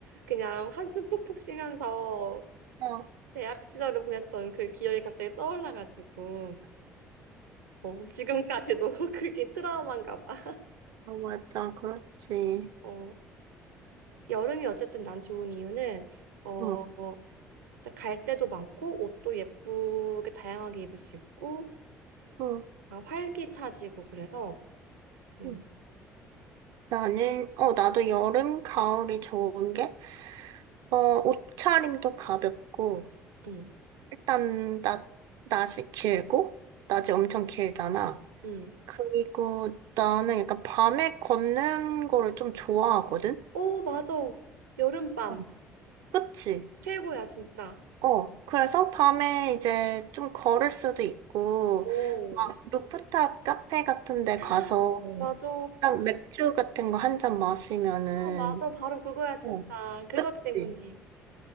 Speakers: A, on the right (about 75°); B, on the right (about 55°).
A: 그냥 한숨 푹푹 쉬면서
B: 어, 어,
A: 대학 시절을 보냈던 그 기억이 갑자기 떠올라가지고 어, 지금까지도 <laughs> 그게 트라우마인가 봐.
B: 맞아. 그렇지.
A: 어, 여름이 어쨌든 난 좋은 이유는 어,
B: 응,
A: 어, 진짜 갈 데도 많고 옷도 예쁘게 다양하게 입을 수 있고
B: 응,
A: 아, 활기차지고 그래서 음,
B: 응. 나는, 어, 나도 여름, 가을이 좋은 게 어, 옷차림도 가볍고,
A: 음,
B: 일단, 낮, 낮이 길고, 낮이 엄청 길잖아.
A: 음.
B: 그리고 나는 약간 밤에 걷는 거를 좀 좋아하거든?
A: 오, 맞아. 여름밤
B: 어. 그치?
A: 최고야, 진짜.
B: 어, 그래서 밤에 이제 좀 걸을 수도 있고,
A: 오,
B: 막 루프탑 카페 같은 데
A: <gasps>
B: 가서,
A: 맞아.
B: 딱 맥주 같은 거 한 잔 마시면은,
A: 아, 맞아. 바로 그거야, 진짜.
B: 어,
A: 그것
B: 그치?
A: 때문에.